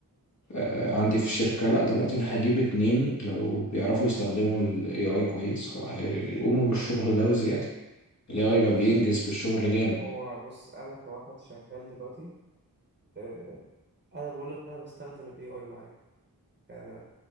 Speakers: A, on the left (about 50°); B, on the right (about 30°).
A: آه، عندي في الشركة لا دلوقتي أنا هجيب اتنين لو بيعرفوا يستخدموا ال AI كويس خ- هيقوموا بالشغل ده وزيادة ال AI بقى بينجز في الشغل جامد
B: هو بص انا كواحد شغال دلوقتي آه، انا بقول لك انا بستخدم الاي اي معايا يعني أنا